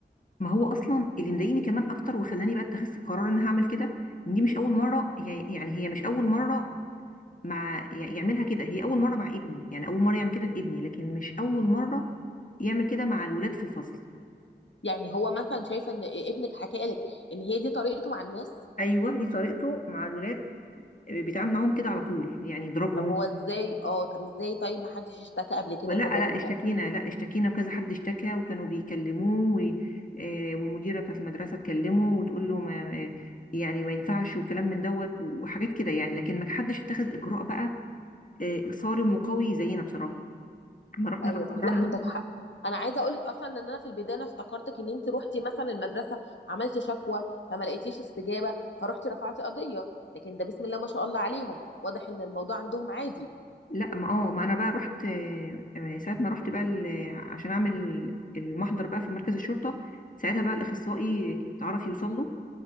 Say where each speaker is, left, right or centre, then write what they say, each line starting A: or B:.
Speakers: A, on the left (about 45°); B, on the left (about 85°).
A: ما هو اصلا اللي مضايقني كمان اكتر وخلاني بقى اتخذت قرار ان انا هعمل كده ان دي مش اول مره هي يعني هي مش اول مره مع ي- يعملها كده هي اول مره مع ابني يعني اول مره يعمل كده في ابني لكن مش اول مره يعمل كده مع الولاد في الفصل
B: يعني هو مثلا شايفه ان ابنك حكى لك ان هي دي طريقته مع الناس
A: ايوه دي طريقته مع الولاد آه، بيتعامل معاهم كده على طول يعني يضربهم
B: طب هو ازاي اه طب ازاي طيب ما حدش اشتكى قبل كده
A: لا لا
B: المدرس
A: اشتكينا
B: ده
A: لا اشتكينا وكذا حد اشتكى وكانوا بيكلموه و- آه، والمديره بتاعت المدرسه تكلمه وتقول له ما آه، يعني ما ينفعش وكلام من دوت وحاجات كده يعني لكن ما حدش اتخذ اجراء بقى آه، صارم وقوي زينا بصراحه احنا رحنا
B: ايوه
A: بقى قررنا
B: لا عندك حق انا عايزه اقولك اصلا ان انا في البدايه أنا افتكرتك ان انت روحتي مثلا المدرسه عملتي شكوى فما لقيتيش استجابه فروحتي رفعتي قضيه لكن ده بسم الله ما شاء الله عليهم واضح ان الموضوع عندهم عادي
A: لا ما اه ما انا بقى رحت آه، آه، ساعه ما رحت بقى ال- عشان اعمل المحضر بقى في مركز الشرطه ساعتها بقى الاخصائي اتعرف يوصل له